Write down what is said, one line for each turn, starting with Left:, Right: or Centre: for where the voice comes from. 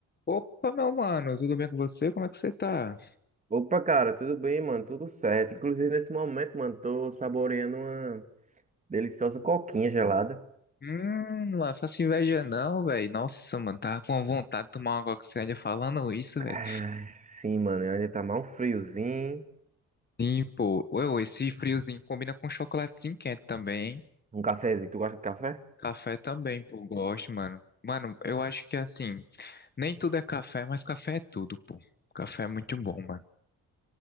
Left: Opa, meu mano, tudo bem com você? Como é que você tá?
Right: Opa, cara, tudo bem, mano? Tudo certo. Inclusive, nesse momento, mano, tô saboreando uma deliciosa coquinha gelada.
Left: Hum, não é faço inveja não, velho. Nossa, mano, tava com vontade de tomar uma coquinha falando isso,
Right: Ah,
Left: velho.
Right: sim, mano, ainda tá mal um friozinho.
Left: Sim, pô. Ué, ué, esse friozinho combina com chocolatezinho quente também, hein?
Right: Um cafezinho. Tu gosta de café?
Left: Café também, pô, gosto, mano. Mano, eu acho que assim, nem tudo é café, mas café é tudo, pô. Café é muito bom, mano.